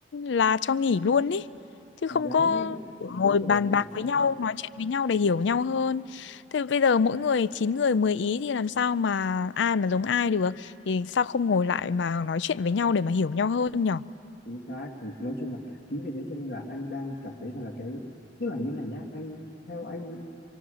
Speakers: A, on the left (about 80°); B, on the left (about 60°).
A: là cho nghỉ luôn ấy chứ
B: Thì
A: không
B: đấy
A: có ngồi
B: thì vấn đề
A: bàn
B: nó
A: bạc
B: ở chỗ
A: với
B: đấy
A: nhau nói chuyện với nhau để hiểu nhau hơn thì bây giờ mỗi người chín người 10 ý thì làm sao mà ai mà giống ai được thì sao không ngồi lại mà nói chuyện với nhau để mà hiểu nhau hơn nhở
B: chính xác thì nói chung là chính vì thế cho nên là anh đang cảm thấy rằng là cái tức là như này nhá anh theo anh